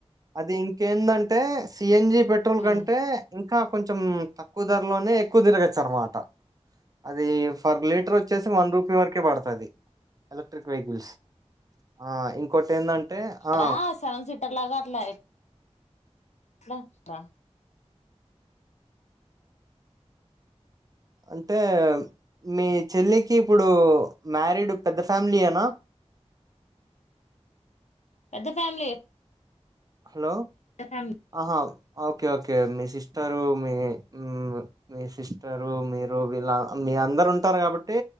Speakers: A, on the right (about 35°); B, on the left (about 85°).
A: అది ఇంకేందంటే సిఎన్జి పెట్రోల్
B: ఓకే
A: కంటే ఇంకా కొంచెం తక్కువ ధరలోనే ఎక్కువ తిరగచ్చ అనమాట అది ఫర్ లీటర్ వచ్చేసి వన్ రూపీ వరకే పడతది ఎలక్ట్రిక్ వెహికల్స్ ఆ ఇంకోటి ఏందంటే ఆ
B: రా సెవెన్ సీటర్ లాగా ఎట్ల ఎట్ల ఎా
A: అంటే మీ చెల్లికి ఇప్పుడు మ్యారీడ్ పెద్ద ఫ్యామిలీ ఏనా
B: పెద్ద ఫ్యామిలీ
A: హలో
B: పెద్ద ఫ్యామిలీ
A: ఆహా ఓకే ఓకే మీ సిస్టరు మీ మ్ మీ సిస్టరు మీరు ఇలా మీ అందరు ఉం ఉంటరు కాబట్టి